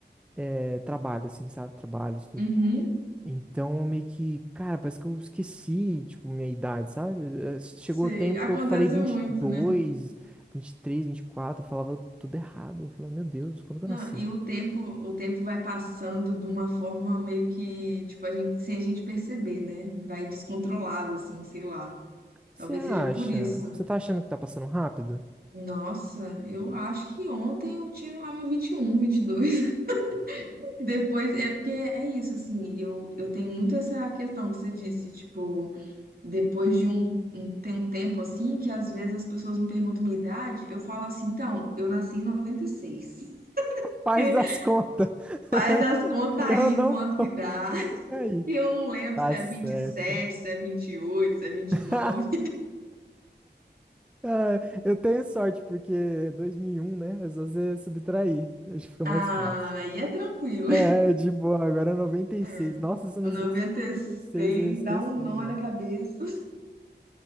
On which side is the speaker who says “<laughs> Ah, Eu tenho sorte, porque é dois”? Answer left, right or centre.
Centre